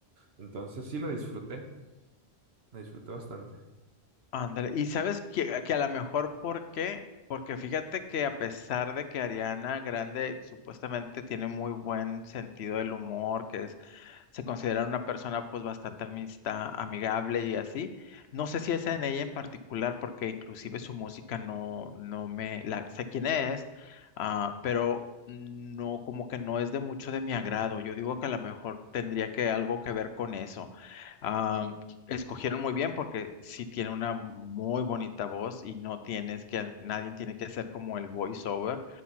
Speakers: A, on the right; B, on the left.
A: entonces sí la disfruté, la disfruté bastante.
B: Ándale, y sabes que, que a lo mejor por qué, porque fíjate que a pesar de que Ariana Grande supuestamente tiene muy buen sentido del humor, que es se considera una persona pues bastante amista, amigable y así. No sé si es en ella en particular, porque inclusive su música no, no me, la, sé quién es, ah, pero no, como que no es de mucho de mi agrado. Yo digo que a lo mejor tendría que algo que ver con eso. Ah, escogieron muy bien porque sí tiene una muy bonita voz y no tienes que, nadie tiene que hacer como el voiceover.